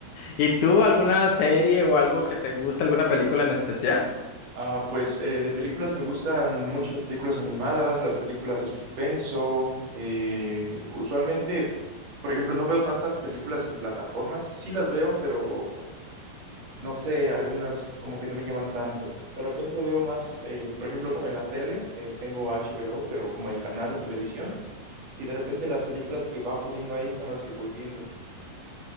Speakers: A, on the left; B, on the right.
A: ¿Y tú alguna serie o algo que te gusta, alguna película en especial?
B: Ah, pues eh, de películas me gustan mucho las películas animadas, las películas de suspenso. eh, usualmente, por ejemplo, no veo tantas películas en plataformas. Sí las veo, pero no sé, algunas como que no me llaman tanto. De repente veo más, eh, por ejemplo, como en la tele, eh, tengo HBO, pero como el canal de televisión, y de repente las películas que van poniendo ahí son las que voy viendo.